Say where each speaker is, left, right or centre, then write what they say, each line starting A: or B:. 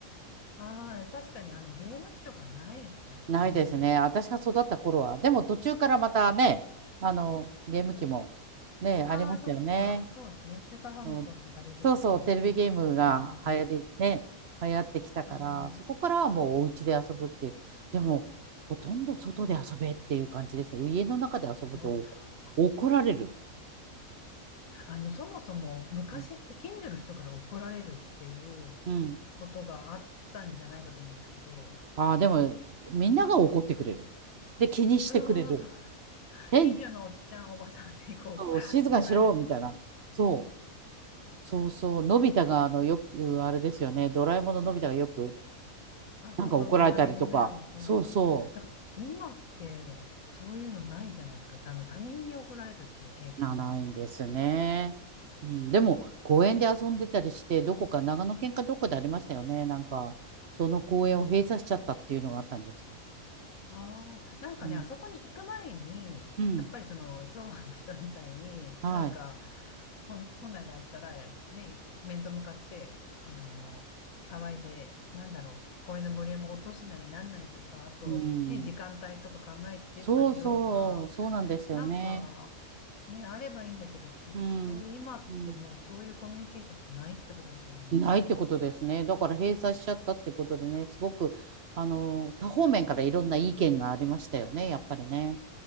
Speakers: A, on the left; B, on the right.
A: ああー、確かにあのゲーム機とかないですからね。
B: ないですね。私が育った頃は。でも途中からまたね、あの、ゲーム機もね、ありましたよね。
A: ああ、そっか、そうですね。スーパーファミコンとか出てきて、
B: そうそうそう、テレビゲームが流行り、
A: ニンニンテンドーが。
B: ね、流行ってきたから、
A: えー、
B: そこからはもうお家で遊ぶっていう。でも、ほとんど外で遊べっていう感じですね。家の中で遊ぶと怒怒られる。
A: おっと。あの、そもそも昔って近所の人から怒られるっていう
B: うん。うん、
A: ことがあったんじゃないかと思うんですけど、
B: ああ、でも、みんなが怒ってくれる。で、気にしてくれる。
A: そうそうそうそう。
B: え、
A: 近所のおっちゃん、おばさんにこう、
B: そう静かにしろみたいな。
A: こらって怒られるような
B: そう。そうそう。のび太が、あの、よく、あれですよね。ドラえもんののび太がよく、
A: あ、そうそうそう、
B: なんか怒られたりとか。
A: 周りのね、怒られる。
B: そうそ
A: だから今って、そういうのないじゃないですか。あの、他人に怒られるっていう経験が。
B: う。な、ないんですね。うん。でも、公園で遊んでたりして、どこか、長野県かどこでありましたよね。なんか、その公園を閉鎖しちゃったっていうのがあったんですよ。
A: ああ、なんかね、
B: うん。
A: あそこに行く前に、
B: うん。
A: やっぱりその昭和の人みたいに、
B: はい。
A: なんか、本本来だったら、ね、面と向かって、あの、騒いで、なんだろう、声のボリュームを落とすなりなんなりとか、あと、
B: うん。
A: ね、時間帯とか考えて静かにしろとか、
B: そうそう。そうなんですよね。
A: なんか、ね、あればいいんだけど、きっと今ってもうそういうコミュニケーションがないってことですよね。
B: うん。うんないってことですね。だから閉鎖しちゃったってことでね、すごく、あの、多方面からいろんな意見がありましたよね、やっぱりね。